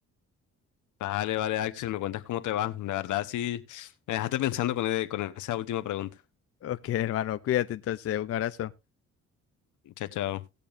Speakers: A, on the left (about 75°); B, on the left (about 50°).
A: Vale, vale, Axel, me cuentas cómo te va. La verdad, sí, me dejaste pensando con, e- con esa última pregunta.
B: Ok, hermano, cuídate entonces, un abrazo.
A: Chao, chao.